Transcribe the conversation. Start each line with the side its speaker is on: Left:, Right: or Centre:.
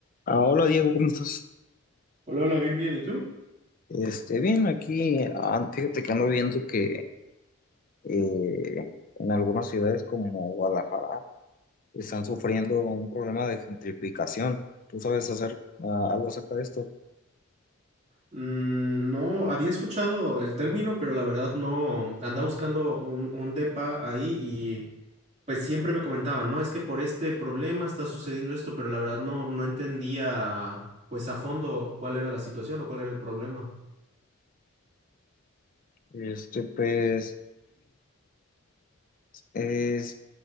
Left: Ah, hola Diego, ¿cómo estás?
Right: Hola, hola, bien, bien. ¿Y tú?
Left: Este, bien, aquí, ah, fíjate que ando viendo que eh, en algunas ciudades como Guadalajara están sufriendo un problema de gentrificación. ¿Tú sabes hacer ah, algo acerca de esto?
Right: Mm, no, había escuchado el término, pero la verdad no. Andaba buscando un, un depa ahí y pues siempre me comentaban, ¿no? Es que por este problema está sucediendo esto, pero la verdad no, no entendía pues a fondo cuál era la situación o cuál era el problema.
Left: Este, pues, es,